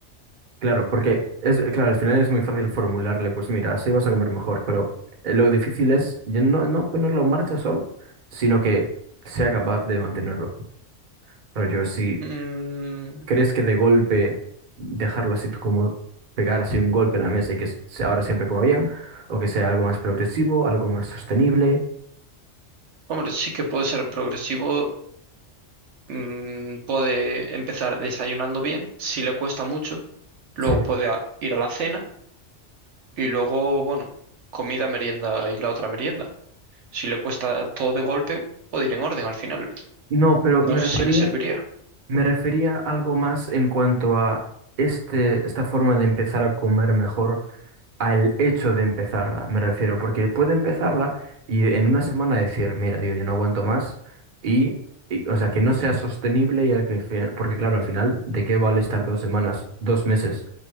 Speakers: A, on the right; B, on the right.
A: claro, porque es, claro, al final es muy fácil formularle, pues mira, así vas a comer mejor, pero eh, lo difícil es ya no, no ponerlo en marcha solo, sino que sea capaz de mantenerlo. Rollo, si
B: Mm,
A: crees que de golpe dejarlo así tú como pegar así un golpe a la mesa y que se- ahora siempre como bien, o que sea algo más progresivo, algo más sostenible
B: hombre, sí que puede ser progresivo. mm, puede empezar desayunando bien, si le cuesta mucho, luego
A: Sí.
B: puede a- ir a la cena y luego, bueno, comida, merienda y la otra merienda. Si le cuesta todo de golpe, puede ir en orden al final.
A: No, pero
B: No
A: me
B: sé
A: refería,
B: si le serviría.
A: me refería a algo más en cuanto a este, esta forma de empezar a comer mejor, al hecho de empezarla, me refiero, porque puede empezarla y en una semana decir, mira, tío, yo no aguanto más y, y, o sea, que no sea sostenible y al que fin- porque claro, al final, ¿de qué vale estar dos semanas, dos meses